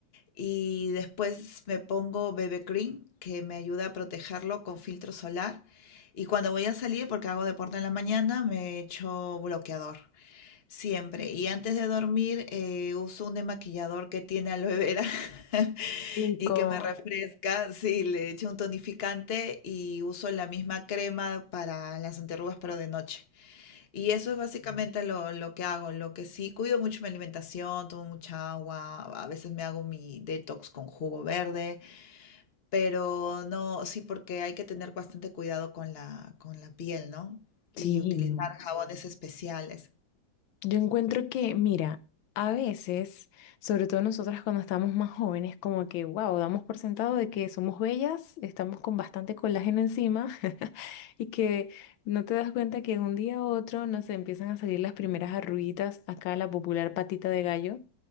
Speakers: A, on the left (about 35°); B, on the left (about 85°).
A: Y después me pongo BB Cream, que me ayuda a protegerlo con filtro solar. Y cuando voy a salir, porque hago deporte en la mañana, me echo bloqueador. Siempre. Y antes de dormir, eh, uso un demaquillador que tiene aloe vera <laughs>
B: Rico.
A: y que me Ah, refresca. Sí, le echo un tonificante y uso la misma crema para las anterrugas, pero de noche. Y eso es básicamente lo, lo que hago. Lo que sí, cuido mucho mi alimentación, tomo mucha agua, a veces me hago mi detox con jugo verde, pero no, sí, porque hay que tener bastante cuidado con la, con la piel, ¿no? Y
B: Sí.
A: utilizar
B: no.
A: jabones especiales.
B: Yo encuentro que, mira, a veces, sobre todo nosotras cuando estamos más jóvenes, como que, wow, damos por sentado de que somos bellas, estamos con bastante colágeno encima <laughs> y que no te das cuenta que de un día a otro nos empiezan a salir las primeras arruguitas, acá la popular patita de gallo,